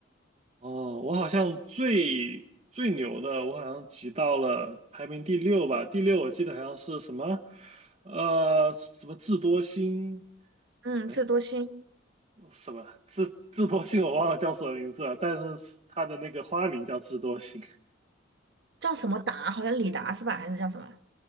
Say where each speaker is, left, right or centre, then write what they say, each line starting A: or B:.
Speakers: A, on the right; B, on the right.
A: 哦，我好像最最牛的，我好像挤到了排名第六吧，第六我记得好像是什么，呃，什么智多星，
B: 嗯，
A: 哎，
B: 智多星
A: 什么智智多星我忘了叫什么名字了，但是它的那个花名叫智多星
B: 叫什么达？好像李达是吧？还是叫什么？